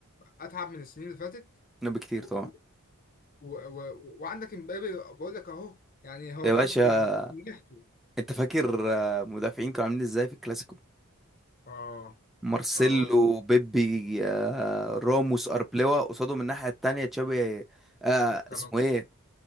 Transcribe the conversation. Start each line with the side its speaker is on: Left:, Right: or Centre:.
Left: اتعب من السنين اللي فاتت
Centre: منه بكتير
Left: و...
Centre: طبعا
Left: و... و... و... وعندك امبابي بقول لك اهو يعني هو
Centre: يا
Left: فرد
Centre: باشا
Left: يعني نجحته
Centre: انت فاكر آه، مدافعين كانوا عاملين ازاي في الكلاسيكو
Left: اه
Centre: مارسيلو
Left: اه والله
Centre: بيبي آه، راموس اربلوا قصادهم الناحية التانية تشابي آه
Left: كانوا
Centre: اسمه ايه